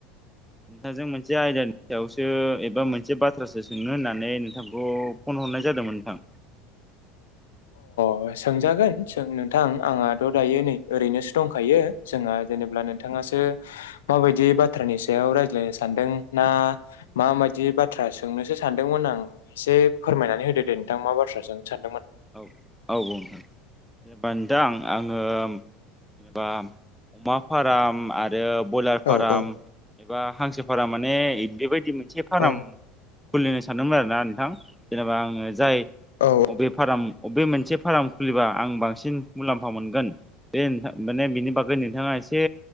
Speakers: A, in the centre; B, on the left.
A: नोंथांजों मोनसे आयदानि सायावसो एबा मोनसे बाथ्रासो सोंनो होननानै नोंथांखौ फन हरनाय जादोंमोन नोंथां
B: अ सोंजागोनों नोंथां आंहाथ' दायो नै ओरैनोसो दंखायो जोंहा जेनेबा नोंथाङा माबायदि बाथ्रानि सायाव रायज्लायनो सानदों ना माबायदि बाथ्रा सोंनोसो सानदोंमोन आं एसे फोरमायनानै होदो दे नोंथां मा बाथ्रा सोंनो सानदोंमोन
A: औ औ बुं जेनेबा नोंथां आङो जेनेबा अमा फाराम आरो आरो ब्रयलार फाराम
B: औ औ
A: एबा हांसो फारम माने बेबायदि मोनसे फाराम
B: औ
A: खुलिनो सानदोंमोन आरोना नोंथां जेनेबा आङो जाय
B: औ अ
A: बबे बबे मोनसे फार्म खुलिबा आं बांसिन मुलाम्फा मोनगोन माने बिनि बागै नोंथाङा एसे